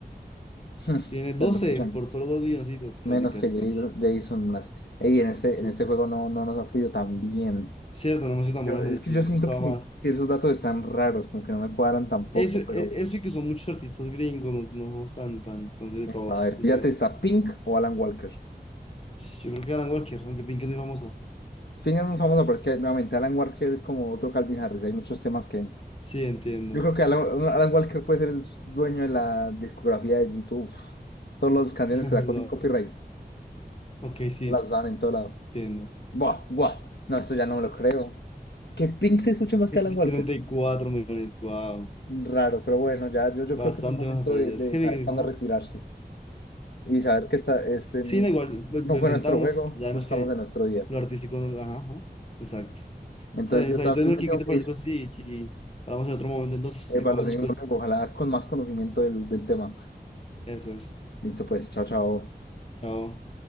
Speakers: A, on the left (about 80°); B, on the left (about 35°).
A: <laughs>
B: tiene 12
A: Pero lo escuchan.
B: por solo 2 milloncitos, casi,
A: Menos
B: casi,
A: que Jair-
B: casi.
A: Jason más. Ey, en este,
B: Su-
A: en este juego no, no nos ha fluido tan bien.
B: Cierto, no hemos sido tan
A: Yo,
B: buenos
A: es
B: en esto,
A: que yo
B: nos
A: siento
B: ha costado
A: que,
B: más.
A: que esos datos están raros, como que no me cuadran tampoco,
B: Eso, e-
A: pero
B: eso y que son muchos artistas gringos, no, no somos tan, tan conocidos de todos,
A: a ver,
B: justamente.
A: fíjate, ¿está Pink o Alan Walker?
B: Yo creo que Alan Walker, aunque Pink es muy famosa.
A: Pink es muy famoso, pero es que nuevamente Alan Walker es como otro Calvin Harris, hay muchos temas que...
B: Sí, entiendo.
A: Yo creo que Alan, Alan Walker puede ser el dueño de la discografía de YouTube. Todas las canciones
B: <laughs>
A: que sacó
B: Wow.
A: sin copyright,
B: Ok, sí,
A: las usaban en todo lado.
B: entiendo.
A: Buah, buah, no, esto ya no me lo creo. ¿Que Pink se escuche más
B: Pink,
A: que Alan Walker?
B: 34 millones, wow.
A: Raro, pero bueno, ya yo, yo
B: Bastante
A: creo que es un momento
B: más a parecer.
A: de, de
B: que
A: saber
B: Pink es muy
A: cuándo
B: famosa.
A: retirarse y saber que esta, este
B: Sí,
A: no
B: da igual, lo, lo
A: fue
B: intentamos,
A: nuestro juego,
B: ya vemos
A: no estamos
B: que
A: en nuestro día.
B: lo artístico, no- ajá, ajá, exacto.
A: Entonces
B: Está bien,
A: yo
B: está
A: también
B: bien. Entonces, Melqui,
A: me tengo
B: ¿qué te
A: que
B: parece?
A: ir
B: Entonces, si, si hablamos en otro momento, entonces, si
A: eh, para
B: jugamos
A: lo seguimos
B: después.
A: luego, ojalá con más conocimiento del, del tema.
B: Eso es.
A: Listo, pues, chao, chao.
B: Chao.